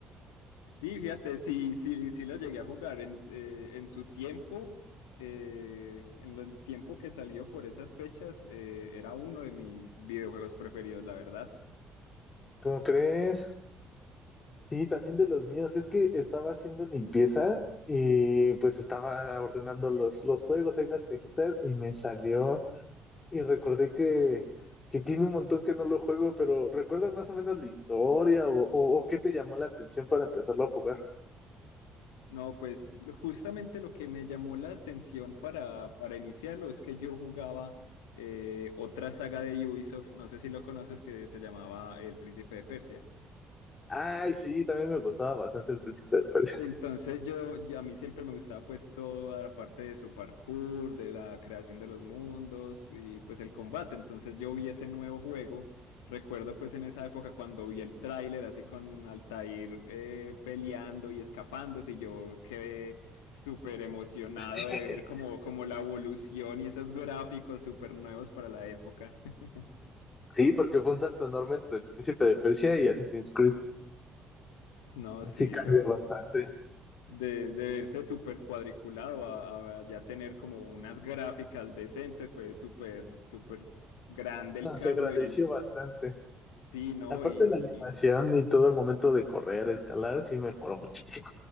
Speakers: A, on the left; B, on the left.
A: Sí, fíjate, sí, sí, sí lo llegué a jugar en, eh, en su tiempo, eh, en lo- el tiempo que salió por esas fechas, eh, era uno de mis videojuegos preferidos, la verdad.
B: ¿cómo crees? Sí, también de los míos. Es que estaba haciendo limpieza y pues estaba ordenando los, los juegos, ahí las cajitas y me salió. y recordé que, que tiene un montón que no lo juego, pero ¿recuerdas más o menos la historia o, o- o qué te llamó la atención para empezarlo a jugar?
A: No, pues lo- justamente lo que me llamó la atención para, para iniciarlo es que yo jugaba eh, otra saga de Ubisoft, no sé si lo conoces, que se llamaba El Príncipe de Persia.
B: Ay, sí, también me gustaba bastante el Príncipe de Persia.
A: Entonces yo, yo- a mí siempre me gustaba pues toda la parte de su parkour, de la creación de los mundos y pues el combate. Entonces yo vi ese nuevo juego. Recuerdo pues en esa época cuando vi el tráiler así con Altair eh, peleando y escapándose y yo quedé súper emocionado
B: <laughs>
A: de ver como, como la evolución y esos gráficos súper nuevos para la época. <laughs>
B: Sí, porque fue un salto enorme entre el Príncipe de Persia y Assassin's Creed.
A: No, sí,
B: Sí, cambió
A: eso.
B: bastante.
A: de, de verse súper cuadriculado a, a ya tener como unas gráficas decentes, fue súper, súper grande el
B: No,
A: cambio
B: se agradeció
A: y
B: bastante.
A: sí, ¿no?
B: Aparte
A: Y,
B: la animación
A: y
B: y todo el momento de correr, escalar, sí mejoró muchísimo.